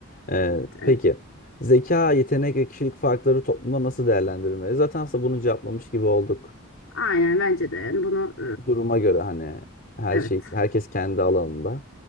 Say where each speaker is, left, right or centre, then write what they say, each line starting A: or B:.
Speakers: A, on the left; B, on the left.
A: E,
B: evet, evet.
A: peki zeka, yetenek ve kişilik farkları toplumda nasıl değerlendirilmeli? Zaten aslında bunu cevaplamış gibi olduk.
B: Aynen bence de. Yani bunu
A: duruma göre hani her
B: e, evet.
A: şey herkes kendi alanında.